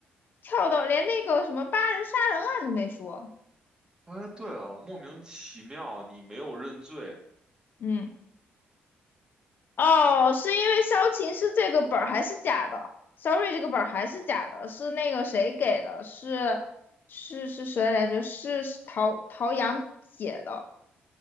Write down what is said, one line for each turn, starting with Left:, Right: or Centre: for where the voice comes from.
Left: 跳到连那个什么八人杀人案都没说？
Right: 哎，对啊，莫名其妙，你没有认罪。
Left: 嗯，哦，是因为萧琴是这个本儿还是假的？肖瑞这个本儿还是假的，是那个谁给的？是是是谁来着？是陶陶阳写的，